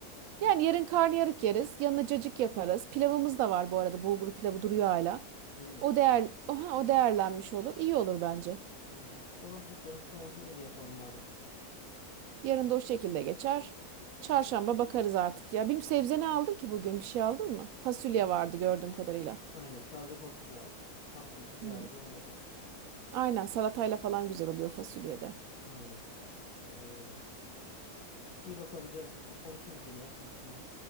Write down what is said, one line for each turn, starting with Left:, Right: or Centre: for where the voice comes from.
Right: Yani yarın karnıyarık yeriz. Yanına cacık yaparız. Pilavımız da var bu arada. Bulgur pilavı duruyor hala.
Left: hmm
Right: O değer, oha, o değerlenmiş olur. İyi olur bence.
Left: hmm Olabilir canım. Tamam öyle yapalım madem.
Right: Yarın da o şekilde geçer. Çarşamba bakarız artık ya. Benim sebze ne aldın ki bugün? Bir şey aldın mı? Fasulye
Left: Bu-
Right: vardı gördüğüm kadarıyla.
Left: Aynen. Taze fasulye aldım. Hafta içi bir
Right: Hmm.
Left: arada onu yaparız.
Right: Aynen salatayla falan güzel oluyor fasulyede.
Left: Aynen. Aynen öyle. İyi bakalım canım. Konuşuruz yine ya gün içinde.